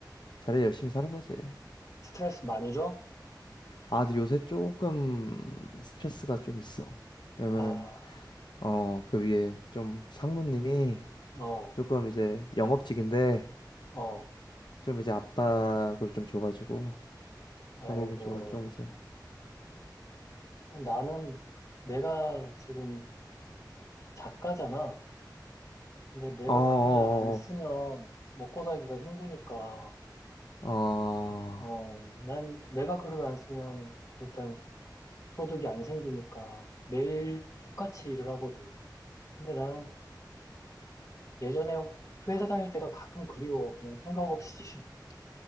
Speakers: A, on the left; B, on the left.
A: 자리 열심히 사는 거지.
B: 스트레스 많이 줘?
A: 아, 근데 요새 조금 스트레스가 좀 있어. 왜냐면은
B: 아,
A: 어, 그 위에 좀 상무님이
B: 어,
A: 조금 이제 영업직인데
B: 어,
A: 좀 이제 압박을 좀 줘가지고 그런
B: 아이고.
A: 부분 쪽으로 좀 이제
B: 나는 내가 지금 작가잖아. 근데 내가
A: 어어어어어어아
B: 글을 안 쓰면 먹고 살기가 힘드니까,
A: 아.
B: 어, 난 내가 글을 안 쓰면 일단 소득이 안 생기니까 매일 똑같이 일을 하거든. 근데 나는 예전에 회사 다닐 때가 가끔 그리워. 그냥 생각 없이 <laughs>